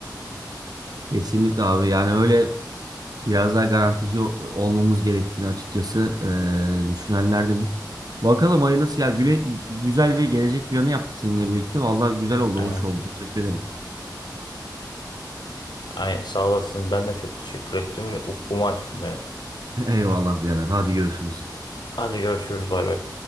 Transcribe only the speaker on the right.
Kesinlikle abi yani öyle biraz daha garantici o- olmamız gerektiğini açıkçası eee düşünenlerdenim. Bakalım hayırlısı ya Güle, güzel bir gelecek planı yaptık seninle birlikte. Vallahi güzel oldu,
hoş oldu. Teşekkür ederim.
<laughs> Eyvallah birader. Hadi görüşürüz.